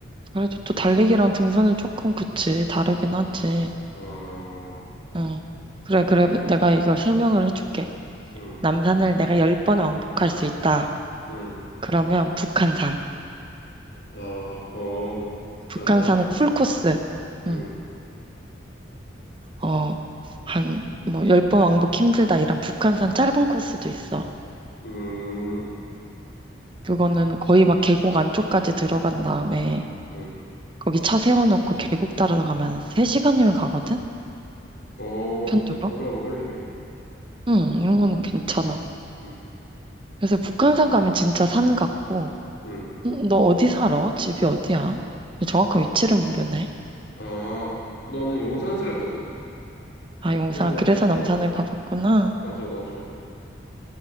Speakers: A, on the right (about 25°); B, on the left (about 60°).
A: 그래도 또 달리기랑
B: 음.
A: 등산은 조금 그치. 다르긴 하지.
B: 아,
A: 응. 그래, 그래.
B: 그럼,
A: 내가 이걸 설명을 해줄게.
B: 음,
A: 남산을 내가 열 번 왕복할 수 있다.
B: 음.
A: 그러면 북한산.
B: 아, 어, 북한산?
A: 북한산은 풀코스.
B: 음,
A: 응. 어, 한, 뭐, 열 번 왕복 힘들다. 이런 북한산 짧은 코스도 있어.
B: 음,
A: 그거는 거의 막 계곡 안쪽까지 들어간 다음에
B: 음.
A: 거기 차 세워놓고 계곡 따라가면 3시간이면 가거든?
B: 어,
A: 편도로?
B: 그렇게 오래 안 걸리네.
A: 응, 이런 거는 괜찮아.
B: 음,
A: 그래서 북한산 가면 진짜 산 같고,
B: 음.
A: 음, 너 어디 살아? 집이 어디야? 정확한 위치를 모르네.
B: 아, 너는 용산 살거든?
A: 아, 용산.
B: 그래서,
A: 그래서 남산을
B: 어,
A: 가봤구나.
B: 맞아, 맞아.